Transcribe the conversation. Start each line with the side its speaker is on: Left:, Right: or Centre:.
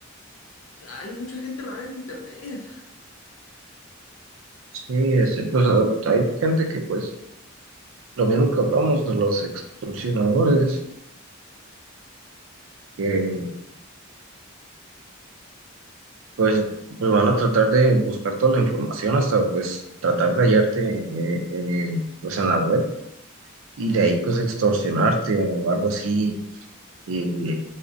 Left: hay mucha gente rara en internet.
Right: Sí, es, pues a- hay gente que pues lo mismo que hablamos de los extorsionadores que pues, pues, van a tratar de buscar toda la información hasta pues tratar de hallarte eh, eh, pues en la web y de ahí pues extorsionarte o algo así y